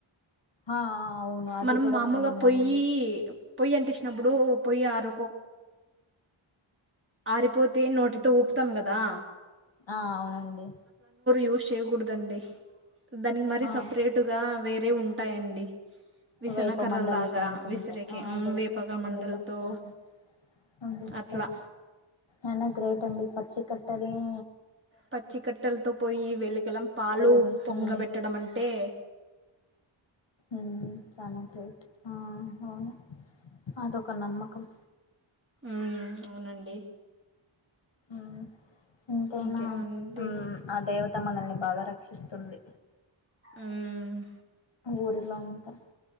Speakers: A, on the left; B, on the right.
A: ఆ అవును అది
B: మనం
A: కూడా
B: మామూలుగా
A: నేను విన్నానండి
B: పొయ్యి పొయ్యంటిచ్చినప్పుడు పొయ్యి ఆరుకో ఆరిపోతే నోటితో ఊపుతాం గదా
A: ఆ అవునండి
B: యూస్ చేయకూడదండి దానికి మరీ
A: ఆ
B: సపరేటుగా వేరే ఉంటాయండి విసనకర్రలాగా
A: వేప మండలతో అనుకుంట
B: విసిరేకి
A: ఆ
B: ఉమ్,
A: వేప
B: వేపక మండలతో
A: వేప మండలి అన్టిస్తా
B: అట్లా
A: అయినా గ్రేట్ అండి పచ్చి కట్టల్ని
B: పచ్చికట్టలతో పోయి వెళకలం పాలు
A: వెలిగి
B: పొంగబెట్టడం
A: ఉమ్
B: మంటే
A: ఊ చాన గ్రేట్ ఆ అవును అదొక నమ్మకం
B: ఉమ్, అవునండి.
A: మ్ ఎంతైనా
B: ఇంకేమండి
A: ఉమ్ ఆ దేవత మనల్ని బాగా రక్షిస్తుంది.
B: ఉమ్
A: ఊరిలో అమ్ క